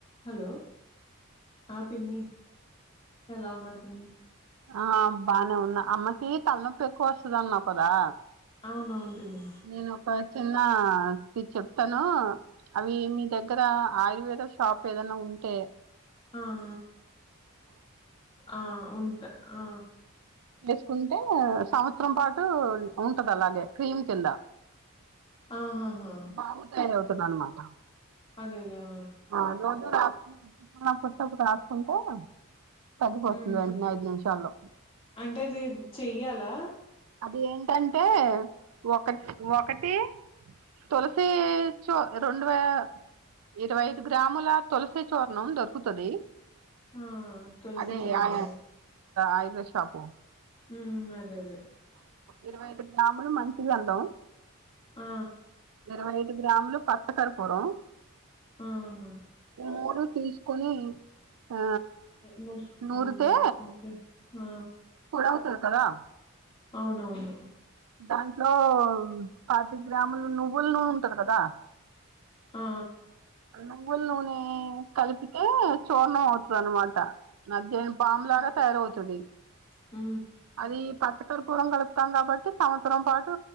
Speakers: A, on the left (about 25°); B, on the right (about 80°).
A: Hello ఆ పిన్ని ఎలా ఉన్నారు పిన్ని
B: ఆ బానే ఉన్నా అమ్మకి తలనొపెక్కువ వస్తదన్నావ్ కదా
A: అవునవును పిన్ని
B: నేనొక చిన్న చిట్ చెప్తాను అవి మీ దగ్గర ఆయుర్వేద షాప్ ఏదన్నా ఉంటే
A: ఆ ఆ ఉంట ఆ
B: వేసుకుంటే సంవత్సరం పాటు ఉంటది అలాగే క్రీమ్ కింద
A: ఆహాహా
B: బావు తయారవుతుందన్నమాట
A: అదదే ఆ
B: ఆ రోజు రాసుకుంట పుట్ట పుట్ట రాసుకుంటే తగ్గిపోతది
A: ఉమ్
B: వెంటనే ఐదు నిమిషాల్లో
A: అంటే ఇది చెయ్యాలా
B: అది ఏంటంటే ఒక ఒకటి తులసి చో రెండ్ వే ఇరవై ఐదు గ్రాముల తులసి చూర్ణం దొరుకుతది
A: ఆ తులసి
B: అదే
A: చూర్ణం
B: ఆ ఆయుర్వేద్ షాపు
A: హ్మ్ అదే అదే
B: ఇరవై ఐదు గ్రాములు మంచిగంధం
A: ఆ
B: ఇరవై ఐదు గ్రామ్లు పచ్చకర్పూరం
A: ఆహా
B: మూడుటీస్ కొన్ ఆ
A: ముడ్
B: నూరితే
A: ముద ఆ
B: పొడవుతది కదా
A: అవునవును
B: దాంట్లో పాతి గ్రాములు నువ్వులు నూనె ఉంటది కదా
A: ఆ
B: అన్నం నువ్వుల నూనె కలిపితే చూర్ణం అవుతది అన్నమాట జడ్ బామ్ లాగ తయారవ్ తది
A: ఆ
B: అది పచ్చకర్పూరం కలుపుతం కాబట్టి, సంవత్సరం పాటు